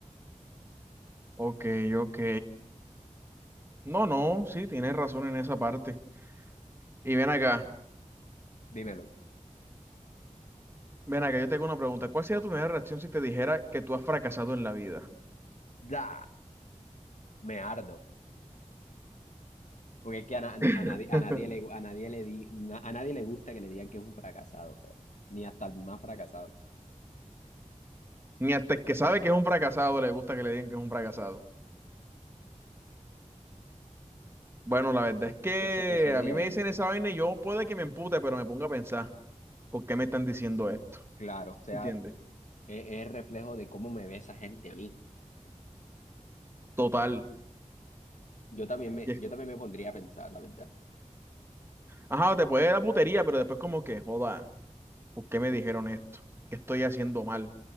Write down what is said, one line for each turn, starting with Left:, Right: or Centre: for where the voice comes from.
Right: Ok, ok. No, no, sí, tienes razón en esa parte. Y ven acá,
Left: Dímelo.
Right: ven acá, yo te hago una pregunta. ¿Cuál sería tu primera reacción si te dijera que tú has fracasado en la vida?
Left: Da, me ardo. Porque es que a, na-
Right: <laughs>
Left: a nadie, a nadie le, a nadie le di- na- a nadie le gusta que le digan que es un fracasado, pero ni hasta el más fracasado.
Right: Ni hasta el que sabe que es un fracasado le gusta que le digan que es un fracasado. Bueno, la verdad es que
Left: Eso, eso es
Right: a
Left: de
Right: mí
Left: ahí.
Right: me dicen esa vaina y yo puede que me empute, pero me ponga a pensar, ¿por qué me están diciendo esto?
Left: Claro, o sea,
Right: ¿Entiendes?
Left: Es, es reflejo de cómo me ve esa gente a mí.
Right: Total.
Left: Yo también me,
Right: Y es-
Left: yo también me pondría a pensar, la verdad.
Right: Ajá, te puede dar putería, pero después como que, joda. ¿por qué me dijeron esto? ¿Qué estoy haciendo mal?